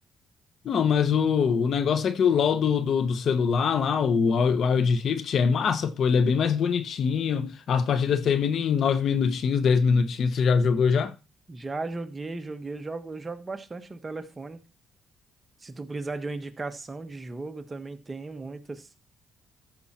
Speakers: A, on the left (about 65°); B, on the right (about 25°).
A: Não, mas o, o negócio é que o LoL do, do, do celular lá, o Wild Rift, é massa, pô. Ele é bem mais bonitinho. As partidas terminam em 9 minutinhos, 10 minutinhos. Você já jogou já?
B: Já joguei, joguei, eu jogo, eu jogo bastante no telefone. Se tu precisar de uma indicação de jogo, também tenho muitas.